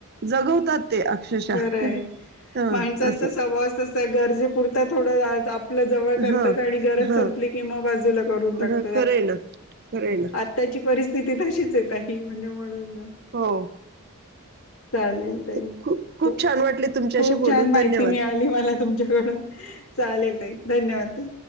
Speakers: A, on the right (about 50°); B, on the left (about 70°).
A: जगवतात ते अक्षरशः
B: खरंय
A: ह
B: माणसांचा
A: असं
B: सवास तसा आहे गरजेपुरत थोडं आप आप जवळ करतात
A: ह
B: आणि गरज
A: ह
B: संपली कि म बाजू लागत
A: हा खरंय ना खरंय ना
B: आची परथ म्हणजे म्हणून ना
A: हो
B: चालेल
A: खूप
B: त
A: खूप
B: खूप
A: छान वाटले तुमच्याशी
B: छान
A: बोलून
B: माहिती
A: धन्यवाद
B: मिळाली मला तुमच्याकडून चालेल त धन्यवाद ते